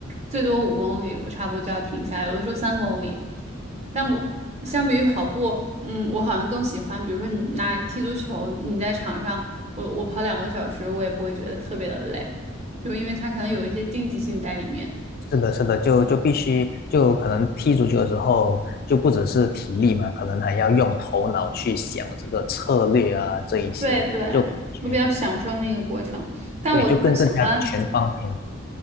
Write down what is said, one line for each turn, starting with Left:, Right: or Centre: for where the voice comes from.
Right: 最多五公里，我差不多就要停下，有的时候三公里。但我相比于跑步，嗯，我好像更喜欢，比如说你拿踢足球，你在场上，我我跑两个小时，我也不会觉得特别的累，就因为它可能有一些竞技性在里面。
Left: 是的，是的，就就必须就可能踢足球的时候，就不只是体力嘛，可能还要用头脑去想这个策略啊，这一些就感觉
Right: 对对，我比较享受那个过程，但我特别喜欢。
Left: 对，就更更加全方面。